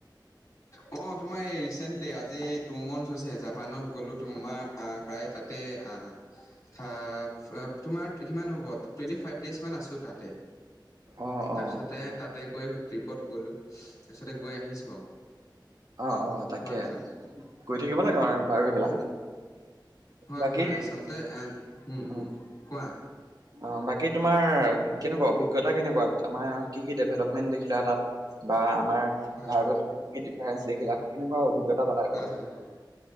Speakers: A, on the left; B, on the right.
A: <unintelligible> অ তোমাৰ এই ৰিচেন্টলি আজি টু মন্থ হৈছে জাপানত গ'লো তোমাৰ আম পাই তাতে আ থাপ তোমাৰ সিমান হ'ব টুৱেন্টি ফাইভ ডেজ মান আছো তাতে
B: অ
A: তাৰপিছতে
B: অ
A: তাতে গৈ ট্ৰিপত গলো তাৰপিছতে গৈ আহিছো আৰু
B: অ অ তাকে
A: হয় হয়
B: গৈ থাকিব লাগে আৰু বাৰু এইবিলাক
A: হয়
B: বাকী
A: হয় আচলতে এ উম উম
B: অ
A: কোৱা
B: অ বাকী তোমাৰ কেনেকুৱা অভিজ্ঞতা কেনেকুৱা আমাৰ কি কি ডেভেলপমেন্ট দেখিলা তাত বা আমাৰ
A: হয়
B: ভাৰতত
A: হয়
B: কি ডিফাৰেঞ্চ দেখিলা কেনেকুৱা অভিজ্ঞতা পালা গৈ?
A: হয় হয় হয়